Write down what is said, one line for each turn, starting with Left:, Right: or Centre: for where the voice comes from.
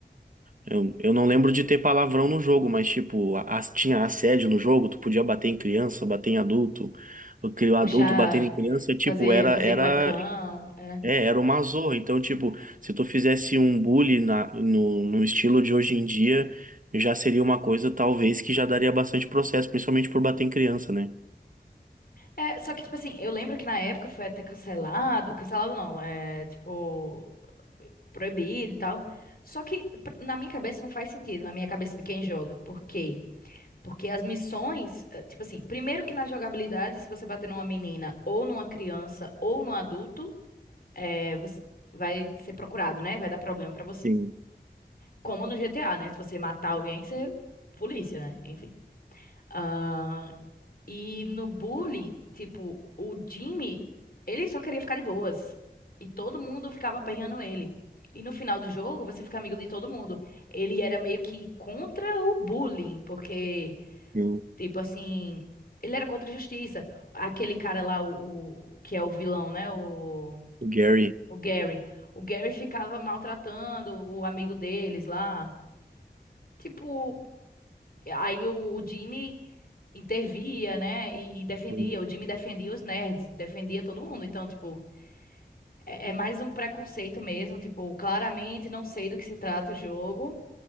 Right: Eu, eu não lembro de ter palavrão no jogo, mas tipo, a- tinha assédio no jogo, tu podia bater em criança, bater em adulto, o cri- o adulto
Left: Puxar,
Right: batendo em criança, tipo,
Left: fazer,
Right: era,
Left: fazer
Right: era
Left: cuecão, é.
Right: é, era uma zorra. Então, tipo, se tu fizesse um bullying na, no, no estilo de hoje em dia, já seria uma coisa, talvez, que já daria bastante processo, principalmente por bater em criança, né?
Left: É, só que, tipo assim, eu lembro que na época foi até cancelado. Cancelado não, é, tipo. proibido e tal. Só que pr- na minha cabeça não faz sentido, na minha cabeça de quem joga. Por quê? Porque as missões, eh, tipo assim, primeiro que na jogabilidade, se você bater numa menina ou numa criança ou num adulto, eh, você vai ser procurado, né? Vai dar problema pra você.
Right: Sim,
Left: Como no GTA, né? Se você matar alguém, você é polícia, né? Enfim. Ah, e no bully, tipo, o Jimmy, ele só queria ficar de boas. E todo mundo ficava aperreando ele. E no final do jogo, você fica amigo de todo mundo. Ele era meio que contra o bullying, porque,
Right: sim,
Left: tipo assim, ele era contra a justiça. Aquele cara lá, o, o- que é o vilão, né? O,
Right: O Gary.
Left: o Gary. O Gary ficava maltratando o amigo deles lá. Tipo, aí o o Jimmy intervia, né? E, e defendia.
Right: sim.
Left: O Jimmy defendia os nerds, defendia todo mundo. Então, tipo, é, é mais um preconceito mesmo. Tipo, claramente não sei do que se trata o jogo.